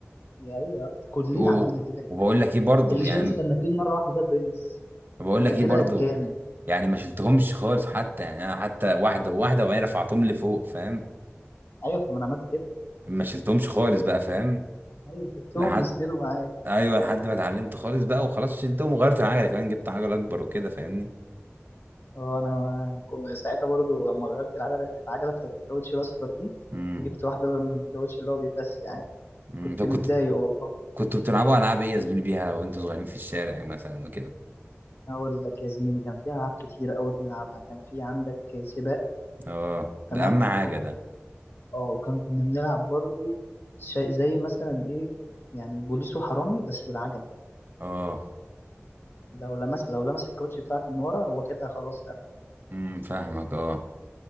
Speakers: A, on the left (about 55°); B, on the right (about 45°).
A: يا أيوة كلنا
B: و...
A: عملنا كده يا جدعان
B: وبقول لك ايه برضو
A: اللي
B: يعني
A: شال السنتين مرة واحدة ده برنس
B: بقول
A: ده
B: لك ايه
A: كده
B: برضو
A: جامد
B: يعني ما شلتهمش خالص حتى يعني انا حتى واحده وواحده وبعدين رفعتهم لفوق فاهم
A: أيوة طب ما أنا عملت كده
B: ما شلتهمش خالص بقى فاهم
A: أيوة سبتهم
B: لحد
A: يسندوا معايا
B: ايوه لحد ما اتعلمت خالص بقى وخلاص شلتهم وغيرت العجله كمان جبت عجله اكبر وكده فاهمني
A: اه انا كو- ساعتها برضو لما غيرت العجله العجله بتاعت الكاوتش الاصفر دي
B: امم
A: جبت واحده بقى من الكاوتش اللي هو بيفس يعني
B: أمم.
A: كنت
B: طب
A: متضايق
B: كنت
A: والله
B: كنتوا بتلعبوا العاب ايه يا زميلي بيها وانتوا صغيرين في الشارع مثلا وكده
A: اقول لك يا زميلي كان فيها العاب كتير قوي بنلعبها كان في عندك سباق
B: اه
A: تمام
B: ده اهم حاجه ده
A: اه وكان كنا بنلعب برضو شيء زي مثلا ايه يعني بوليس وحرامي بس بالعجله
B: اه
A: لو لمس لو لمس الكاوتش بتاعك من ورا هو كده خلاص قفل
B: امم فاهمك اه